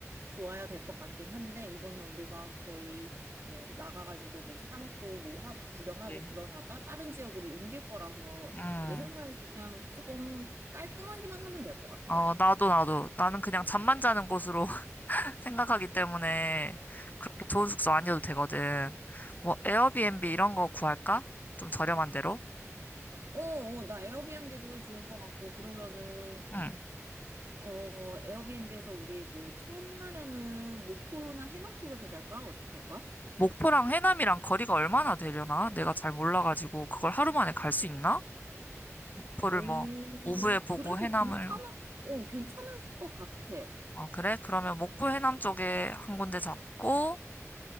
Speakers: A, on the right; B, on the left.
A: 좋아야 될 것 같긴 한데 이번에 우리가 거의 뭐 나가가지고 뭐 사 먹고 뭐 하- 구경하고
B: 네.
A: 그러다가 다른 지역으로 옮길 거라서
B: 음,
A: 내 생각에 그냥 조금 깔끔하기만 하면 될 것 같아.
B: 어, 나도, 나도. 나는 그냥 잠만 자는 곳으로 생각하기 때문에 그렇게 좋은 숙소 아니어도 되거든. 뭐 에어비앤비 이런 거 구할까? 좀 저렴한 데로?
A: 어, 어, 나 에어비앤비도 좋은 것 같고, 그러면은
B: 응.
A: 어, 에어비앤비에서 우리 뭐 첫날에는 목포나 해남 쪽에서 잘까? 어떡할 거야?
B: 목포랑 해남이랑 거리가 얼마나 되려나? 내가 잘 몰라가지고 그걸 하루 만에 갈 수 있나? 목포를
A: 오,
B: 뭐 오후에 보고
A: 어, 그래도
B: 해남을
A: 괜찮을, 어, 괜찮을 것 같아.
B: 아 그래? 그러면 목포 해남 쪽에 한 군데 잡고